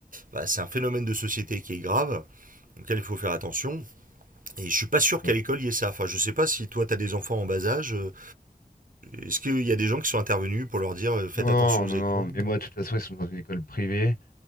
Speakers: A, on the right (about 60°); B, on the left (about 70°).
A: bah, c'est un phénomène de société qui est grave, auquel il faut faire attention. Et je ne suis pas sûr
B: tu
A: qu'à
B: vois.
A: l'école il y ait ça. Enfin, je ne sais pas si toi tu as des enfants en bas âge. euh, Est-ce qu'il y a des gens qui sont intervenus pour leur dire euh, faites
B: non,
A: attention
B: non,
A: aux écrans
B: non. non, Mais moi,
A: euh
B: de toute façon, ils sont dans une école privée.